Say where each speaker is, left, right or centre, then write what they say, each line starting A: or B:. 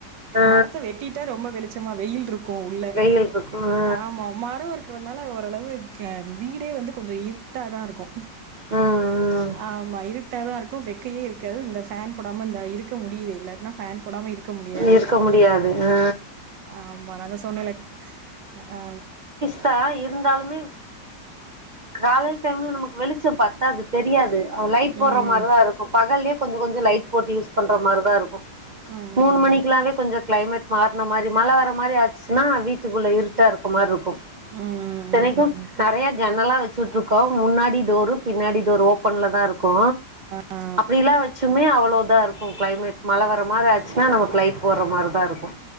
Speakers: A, on the right; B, on the right.
A: ஆ
B: மரத்த வெட்டிட் வெட்ட ரொம்ப வெளிச்சமா வெயில்ருக்கு உள்ள
A: வெயில் இருக்கு ஆ
B: ஆமா மரோ இருக்றதுனால ஓரளவு க வீடே வந்து கொஞ்சோ இருட் டாதாருக்கு
A: ம் ம்
B: ஆமா இருட்டாதாருக்கு வெக்கயே இருக்காது இந்த ஃபேன் போடாம இந்த இருக்க முடியுதே இல்லாட்ன்னா ஃபேன் போடாம இருக்க முடியா
A: இருக்க முடியாது அ
B: ஆமா நா தா சொன்னேல்ல ஆ
A: த்தா இருந்தாலுமே காலைல டைம்ல நமக்கு வெளிச்சோ பட் அத அது தெரியாது லைட் போடுற
B: ம்
A: மாதிரிதான் இருக்கும் பகல்லயே கொஞ்சம் கொஞ்சம் லைட் போட்டு யூஸ் பண்ற மாதிரிதான் இருக்கும்
B: ம்
A: மூணு
B: ம்
A: மணிக்லாவே கொஞ்சோ கிளைமேட் மாறுன மாரி மழ வர மாரி ஆச்சுன்னா வீட்டுக்குள்ளே இருட்டா இருக்கமார்ருக்கு
B: ம் ம்
A: இத்தனைக்கு
B: ம்
A: நறைய ஜன்னலா வச்சுட்டுருக்கோ முன்னாடி டோரு பின்னாடி டோர் ஓப்பன்ல தா இருக் கு
B: ஆ
A: அப்டிலா வச்சுமே அவ்ளோதாருக் கு கிளைமேட் மழ வர மாரி ஆச்சுன்னா நமக்கு லைட் போட்ற மாரி தா இருக்கு